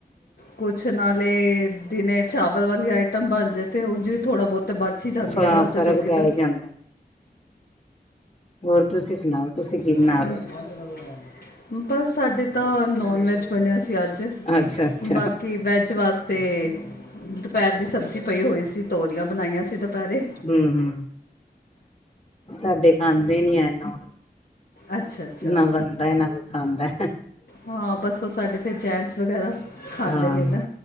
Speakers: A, on the left; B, on the left.
A: ਕੁਛ ਨਾਲੇ, ਦਿਨੇ ਚਾਵਲ ਵਾਲੀ ਆਈਟਮ ਬਣਜੇ, ਤੇ ਉੰਝ ਵੀ ਥੋੜਾ, -ਬ੍ਹੋਤ ਬਚ ਹੀ ਜਾਂਦੀ
B: ਫ
A: ਏ ਨਾ, ਰਾਤ
B: ਫ਼ਰਕ
A: ਜੋਗੀ
B: ਪੈ
A: ਤਾਂ
B: ਹੀ ਜਾਂਦਾ ਹੋਰ, ਤੁਸੀਂ ਸੁਣਾਓ? ਤੁਸੀਂ
A: ਕਰੋਗਾ
B: ਕੀ ਬਣਾ ਲਿਆ
A: <unintelligible> ਬਸ ਸਾਡੇ ਤਾ ਨੋਨ-ਵੇਜ ਬਣਿਆ ਸੀ ਅੱਜ,
B: ਅੱਛਾ ਅੱਛਾ
A: ਬਾਕੀ ਵੈੱਜ ਵਾਸਤੇ ਤੇ, ਦੁਪਹਿਰ ਦੀ ਸਬਜ਼ੀ ਪਈ ਹੋਈ ਸੀ, ਤੋਰੀਆਂ ਬਣਾਈਆਂ ਸੀ ਦਪਹਿਰੇ।
B: ਹੂੰ, ਹੂੰ ਸਾਡੇ ਖਾਂਦੇ ਨੀ ਐ ਤਾਂ,
A: ਅੱਛਾ ਅੱਛਾ
B: ਨਵਨ ਨਾ ਐਨਾ ਪਸੰਦੈ।
A: ਹਾਂ, ਬਸ ਉਹ ਸਾਡੇ ਫਿਰ ਜੈਂਟਸ ਵਗੈਰਾ ਖਾਂਦੇ
B: ਹਾਂ,
A: ਨੇ ਨਾ